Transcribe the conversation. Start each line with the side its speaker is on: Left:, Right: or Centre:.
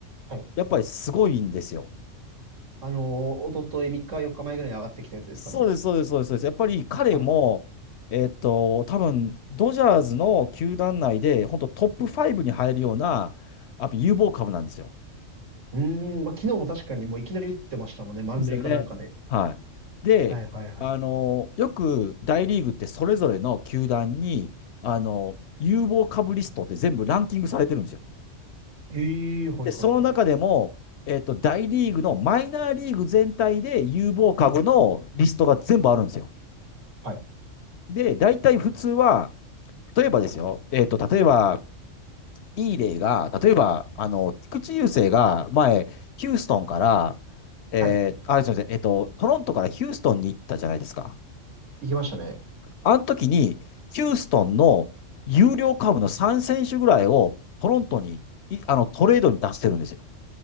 Right: はい。
Left: やっぱりすごいんですよ。
Right: あのー、おととい3日、4日前ぐらいに上がってきたやつですかね。
Left: そうです、そうです、そうです。そうですやっぱり彼も、
Right: はい。
Left: えっと、多分ドジャーズの球団内で、本当トップ5に入るような、やっぱ有望株なんですよ。
Right: うーん、まあ、昨日も確かにもういきなり打ってましたもんね。満塁かなんかで。
Left: ですよね。はい。で、
Right: はいはいはい。
Left: あの、よく大リーグってそれぞれの球団に、あの、有望株リストって全部ランキングされてるんですよ。
Right: ええー、はいはいはい。
Left: で、その中でも、えっと、大リーグのマイナーリーグ全体で有望株のリストが全部あるんですよ。
Right: はい。
Left: で、大体普通は、例えばですよ、えっと、例えば、いい例が、例えば、あの、菊池雄星が前、ヒューストンから、えーあ、
Right: はい。
Left: すみません、えっと、トロントからヒューストンに行ったじゃないですか。
Right: 行きましたね。
Left: あの時に、ヒューストンの有料株の3選手ぐらいをトロントに、いあの、トレードに出してるんですよ。